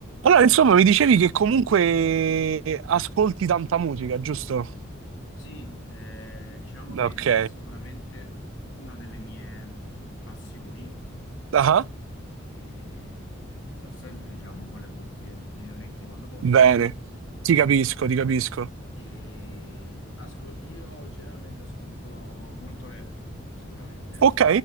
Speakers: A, on the right; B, on the left.
A: Allora, insomma, mi dicevi che comunque ascolti tanta musica, giusto?
B: Sì, eh, diciamo che
A: Ok.
B: è sicuramente una delle mie passioni
A: Ah,
B: e sto sempre, diciamo, con le cuffie nelle orecchie quando posso.
A: bene. Ti capisco,
B: E,
A: ti capisco.
B: e ascol- io generalmente ascolto molto rap, sicuramente.
A: Ok,